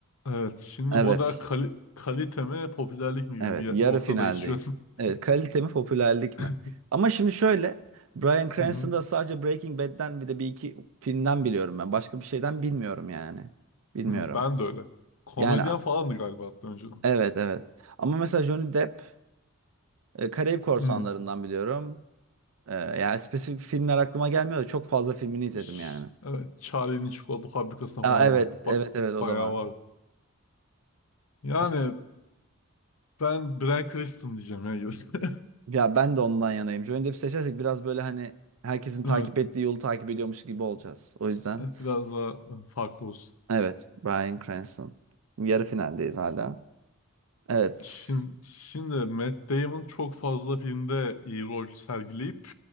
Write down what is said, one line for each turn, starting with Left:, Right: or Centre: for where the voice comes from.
Left: Evet. Şimdi
Right: Evet.
Left: burada kali- kalite mi popülerlik mi gibi
Right: Evet,
Left: bir
Right: yarı
Left: noktadayız
Right: finaldeyiz.
Left: şu an. <laughs>
Right: Evet, kalite mi, popülerlik
Left: Hı
Right: mi? Ama şimdi şöyle, Bryan Cranston'da
Left: hı.
Right: sadece Breaking Bad'den bir de bir iki filmden biliyorum ben. Başka bir şeyden bilmiyorum yani. Bilmiyorum.
Left: Hı, Ben de öyle. Komedyen
Right: Yani
Left: falandı galiba hatta önceden.
Right: evet evet. Ama mesela Johnny Depp e, Karayip Korsanları'ndan
Left: Hı.
Right: biliyorum. E, yani spesifik filmler aklıma gelmiyor da çok fazla filmini izledim
Left: Ş-
Right: yani.
Left: Evet, Charlie'nin çikolata fabrikasında
Right: Aa,
Left: falan
Right: evet
Left: vardı.
Right: evet
Left: Ba-
Right: evet o
Left: bayağı
Right: da var.
Left: vardı. Yani
Right: As-
Left: ben Bryan Cranston diyeceğim ya. <laughs>
Right: ya ben de ondan yanayım. Johnny Depp seçersek biraz böyle hani herkesin takip
Left: Evet,
Right: ettiği yolu takip ediyormuş gibi olacağız. O yüzden.
Left: evet, biraz daha evet, farklı olsun.
Right: Evet, Bryan Cranston. Yarı finaldeyiz hala. Evet.
Left: Şimdi, şimdi Matt Damon çok fazla filmde iyi rol sergileyip